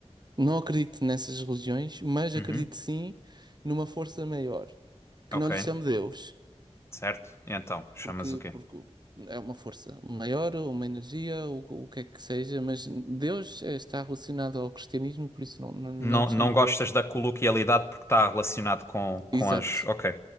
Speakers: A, on the right; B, on the left.
A: não acredito nessas religiões, mas acredito
B: Uhum.
A: sim numa força maior, que
B: Ok,
A: não lhe chamo Deus,
B: certo. E então, chamas
A: porque,
B: o quê?
A: porque é uma força maior, ou uma energia, ou o que é que seja, mas Deus eh, está relacionado ao cristianismo, por isso não, não, não
B: Não,
A: lhe
B: não
A: chamo
B: gostas
A: Deus.
B: da coloquialidade porque está relacionado com, com
A: Exato.
B: as. Ok.